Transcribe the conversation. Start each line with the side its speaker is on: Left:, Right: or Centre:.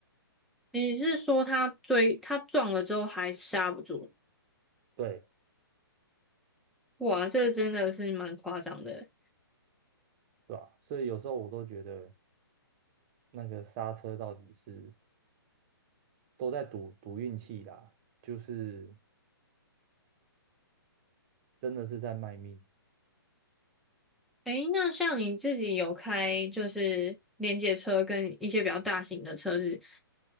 Centre: 你是说他追，他撞了之后还刹不住？
Right: 对
Centre: 哇，这真的是蛮夸张的。
Right: 是吧？所以有时候我都觉得那个刹车到底是都在赌赌运气啦，就是真的是在卖命。
Centre: 诶，那像你自己有开就是连接车跟一些比较大型的车子，